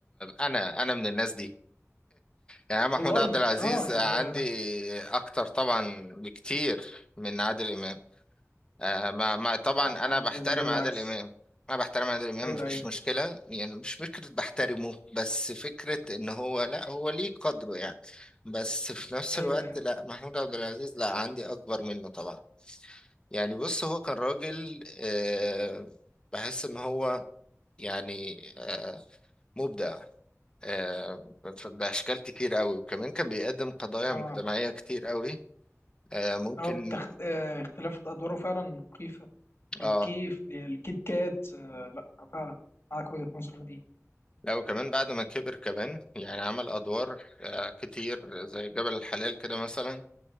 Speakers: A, on the left; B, on the left.
A: انا انا من الناس دي يعني أنا
B: والله
A: محمود عبد العزيز
B: اه يعني
A: عندي
B: أنا-
A: اكتر طبعا بكتير من عادل امام آه ما ما طبعا
B: لا
A: انا
B: انا
A: بحترم
B: بالنسبه لي
A: عادل
B: العكس
A: امام انا بحترم عادل امام
B: ايوه
A: مفيش
B: ايوه
A: مشكله يعني مش فكره بحترمه بس فكره ان هو لا هو ليه قدره يعني بس في نفس
B: ايوه
A: الوقت
B: ايوه
A: لا محمود عبد العزيز لا عندي اكبر منه طبعا يعني بص هو كان راجل آه بحس ان هو يعني آه مبدع آه ف- باشكال كتير قوي وكمان كان بيقدم قضايا
B: اه
A: مجتمعيه كتير قوي آه ممكن
B: هو بتخت... آه، اختلاف ادواره فعلا مخيفه
A: اه
B: الكيف الكيت كات آه لا فعلا معاك وجهة نظر في دي
A: لا وكمان بعد ما كبر كمان يعني عمل أدوار آه، كتير زي جبل الحلال كده مثلا